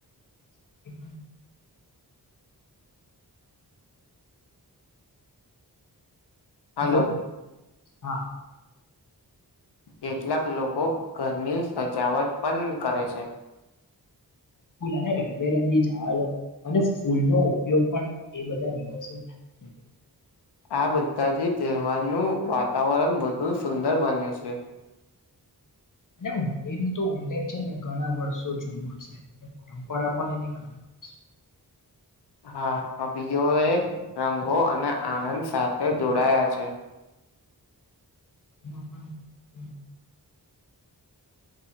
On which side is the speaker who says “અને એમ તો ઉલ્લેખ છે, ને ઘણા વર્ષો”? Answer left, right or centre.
Left